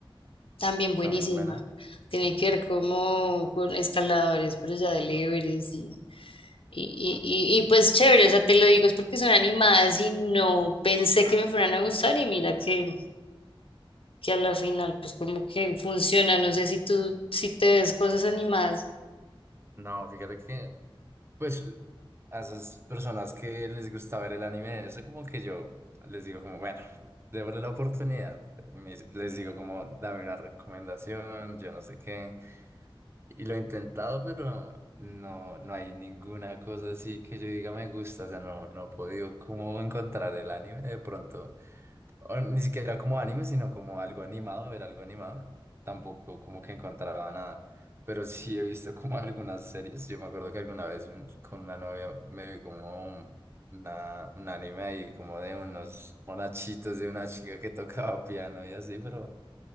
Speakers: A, on the left (about 75°); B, on the right (about 25°).
A: también buenísima.
B: También buena.
A: Tiene
B: Ok.
A: que ver como con escaladores, pero ya del Everest y, y, y, y y, pues chévere, o sea, te lo digo, es porque son animadas y no pensé que me fueran a gustar y mira que que a la final pues como que funciona. No sé si tú, si te ves cosas animadas.
B: No, fíjate que Pues a esas personas que les gusta ver el anime, eso como que yo les digo como, bueno, <laughs> démosle la oportunidad. Y me- les digo como, dame una recomendación, yo no sé qué. Y lo he intentado, pero no, no hay ninguna cosa así que yo diga me gusta. O sea, no, no he podido como encontrar el anime de pronto o ni siquiera como anime, sino como algo animado, ver algo animado. Tampoco como que encontraba nada. Pero sí he visto como <laughs> algunas series. Yo me acuerdo que alguna vez un- con una novia me vi como un, una- un anime ahí como de unos monachitos de una chica que tocaba piano y así, pero